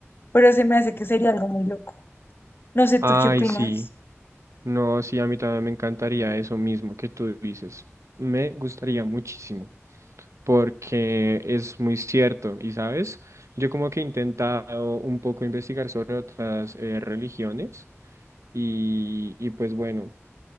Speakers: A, on the left (about 50°); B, on the right (about 80°).
A: pero se me hace que sería algo muy loco. No sé,
B: Ay,
A: ¿tú qué opinas?
B: sí. No, sí, a mí también me encantaría eso mismo que tú dices. Me gustaría muchísimo, porque es muy cierto. Y sabes, yo como que he intentado un poco investigar sobre otras eh, religiones y, y pues bueno,